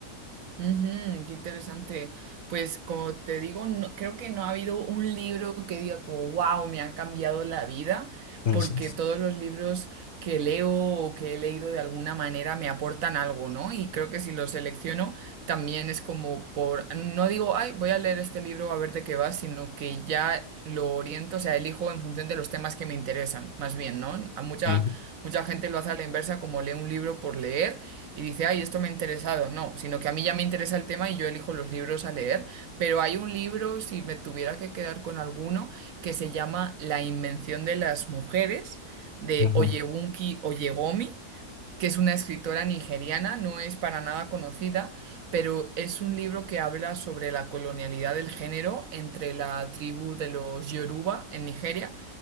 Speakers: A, on the right; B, on the left.
A: Ujú, qué interesante. Pues como te digo, no, creo que no ha habido un libro que diga como, wow, me han cambiado la vida,
B: Ujú,
A: porque todos los libros que leo o que he leído de alguna manera me aportan algo, ¿no? Y creo que si los selecciono también es como por, no digo, ay, voy a leer este libro a ver de qué va, sino que ya lo oriento, o sea, elijo en función de los temas que me interesan, más bien, ¿no? A mucha,
B: ujú,
A: mucha gente lo hace a la inversa, como lee un libro por leer y dice, ay, esto me ha interesado. No, sino que a mí ya me interesa el tema y yo elijo los libros a leer. Pero hay un libro, si me tuviera que quedar con alguno, que se llama La Invención de las Mujeres, de
B: ujú,
A: Oyewunki Oyegomi, que es una escritora nigeriana, no es para nada conocida, pero es un libro que habla sobre la colonialidad del género entre la tribu de los Yoruba en Nigeria